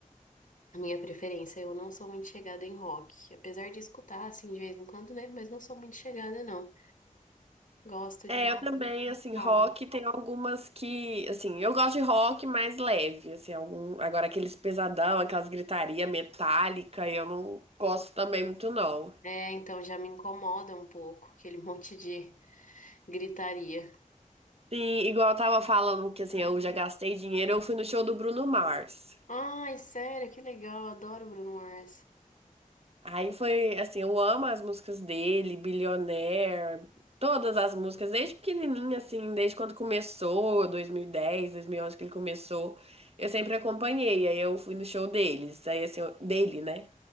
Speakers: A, on the left; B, on the right.
A: A minha preferência, eu não sou muito chegada em rock. Apesar de escutar, assim, de vez em quando, né? Mas não sou muito chegada, não. Gosto
B: É,
A: de um
B: eu também,
A: um
B: assim,
A: calmo.
B: rock tem algumas que, assim, eu gosto de rock mais leve, assim, algum, agora aqueles pesadão, aquelas gritaria metálica, eu não gosto também muito não.
A: É, então já me incomoda um pouco aquele <laughs> monte de gritaria.
B: Sim, igual eu tava falando que, assim, eu já gastei dinheiro, eu fui no show do Bruno Mars.
A: Ai, sério, que legal, adoro Bruno Mars.
B: Aí foi, assim, eu amo as músicas dele, Billionaire, todas as músicas, desde pequenininha, assim, desde quando começou, 2010, onze que ele começou. Eu sempre acompanhei, aí eu fui no show deles, aí assim, eu- dele, né?